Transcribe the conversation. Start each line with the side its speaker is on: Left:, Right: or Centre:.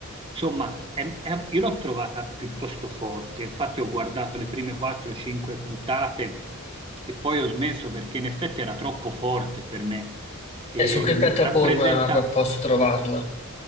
Right: Insomma, è- è- io l'ho trovata piuttosto forte, infatti ho guardato le prime 4-5 puntate e poi ho smesso perché in effetti era troppo forte per me. E,
Left: E su che
Right: mh,
Left: piattaforma
Right: rappresenta
Left: p- posso trovarla?